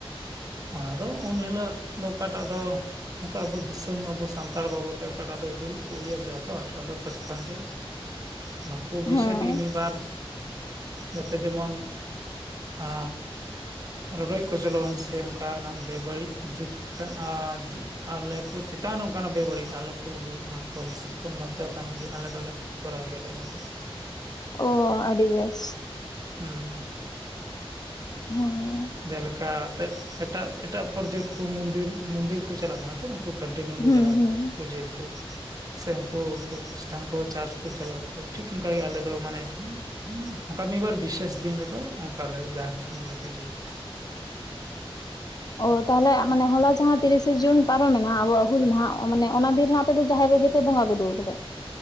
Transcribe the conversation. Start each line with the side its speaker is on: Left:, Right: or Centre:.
Right: ᱚᱱᱟᱫᱚ ᱩᱱ ᱦᱤᱞᱟᱹᱜ ᱫᱚ ᱚᱠᱟᱴᱟᱜ ᱫᱚ ᱚᱱᱠᱟ ᱟᱵᱚ ᱫᱤᱥᱟᱹᱢ ᱟᱵᱚ ᱥᱟᱱᱛᱟᱲ ᱵᱟᱵᱚ ᱛᱮ ᱚᱠᱟᱴᱟᱜ ᱫᱚ ᱦᱩᱞ ᱠᱚ ᱤᱭᱟᱹ ᱵᱟᱞᱮ ᱟᱛᱚ ᱟᱴᱷᱚᱨᱚᱥᱚ ᱯᱟᱸᱪᱯᱚᱱ ᱨᱮ᱾ ᱚᱱᱟ ᱠᱚ ᱵᱤᱥᱚᱭ
Left: ᱦᱮᱸ
Right: ᱛᱮᱜᱮ ᱢᱤᱫ ᱵᱟᱨ ᱡᱟᱛᱮ ᱡᱮᱢᱚᱱ ᱟ ᱨᱚᱰᱚᱡ ᱠᱚᱪᱞᱚᱱ ᱥᱮ ᱟᱝᱠᱟ ᱠᱟᱱ ᱱᱟᱜ ᱵᱮ-ᱵᱟᱹᱲᱤᱡ <unintelligible> ᱟᱞᱮ ᱠᱚ ᱪᱮᱛᱟᱱ ᱨᱮ ᱚᱱᱠᱟᱱᱟᱜ ᱵᱮ-ᱵᱟᱹᱲᱤᱡ ᱟᱞᱚ ᱠᱚ ᱦᱩᱭᱩᱜ ᱢᱟ᱾ ᱦᱚᱭ ᱦᱤᱸᱥᱤᱫ ᱠᱷᱚᱱ ᱵᱟᱧᱪᱟᱣ ᱛᱟᱦᱮᱱ ᱞᱟᱹᱜᱮᱫ ᱟᱞᱮ ᱫᱚᱞᱮ ᱠᱚᱨᱟᱣ ᱜᱮᱭᱟᱞᱮ ᱚᱱᱟ ᱠᱚᱫᱚ᱾
Left: ᱚ ᱟᱹᱰᱤ ᱵᱮᱥ᱾
Right: ᱦᱩᱸ᱾
Left: ᱦᱮᱸ
Right: ᱡᱮᱞᱮᱠᱟ ᱟᱛᱮᱫ ᱮᱴᱟᱜ ᱮᱴᱟᱜ ᱯᱚᱨ ᱡᱟᱹᱛ ᱠᱚ ᱢᱚᱱᱫᱤᱨ ᱢᱚᱱᱫᱤᱨ ᱠᱚ ᱪᱟᱞᱟᱜ ᱠᱟᱱᱟ ᱛᱚ ᱱᱠᱩ ᱠᱚᱴᱤᱱᱤᱭᱩ ᱠᱚ
Left: ᱦᱩᱸ
Right: ᱪᱟᱞᱟᱜ
Left: ᱦᱩᱸ
Right: ᱟᱠᱚ, ᱯᱩᱡᱟᱹᱭᱟᱹ ᱠᱚ᱾ ᱥᱮ ᱩᱱᱠᱩ ᱩᱱᱠᱩ ᱠᱷᱨᱤᱥᱴᱟᱱ ᱠᱚ ᱪᱟᱨᱪ ᱠᱚ ᱪᱟᱞᱟᱜᱼᱟᱠ, ᱴᱷᱤᱠ ᱚᱱᱠ ᱜᱮ ᱟᱞᱮ ᱫᱚ ᱢᱟᱱᱮ ᱚᱱᱠᱟ ᱢᱤᱫ ᱵᱟᱨ ᱵᱤᱥᱮᱥ ᱫᱤᱱ ᱨᱮᱫᱚ ᱚᱱᱠᱟᱞᱮ ᱡᱟᱦᱮᱨ ᱛᱷᱟᱱ ᱨᱮᱞᱮ ᱯᱩᱡᱟᱹᱭ ᱜᱮᱭᱟ᱾
Left: ᱚ ᱛᱟᱦᱚᱞᱮ ᱢᱟᱱᱮ ᱦᱚᱞᱟ ᱡᱟᱦᱟᱸ ᱛᱤᱨᱤᱥᱟ ᱡᱩᱱ ᱯᱟᱨᱚᱢᱮᱱᱟ ᱟᱵᱚᱣᱟᱜ ᱦᱩᱞ ᱢᱟᱦᱟ ᱢᱟᱱᱮ ᱚᱱᱟ ᱫᱤᱱ ᱨᱮ ᱟᱯᱮ ᱫᱚ ᱡᱟᱦᱮᱨ ᱨᱮᱜᱮ ᱯᱮ ᱵᱚᱸᱜᱟ ᱵᱩᱨᱩᱣ ᱠᱟᱫᱟ?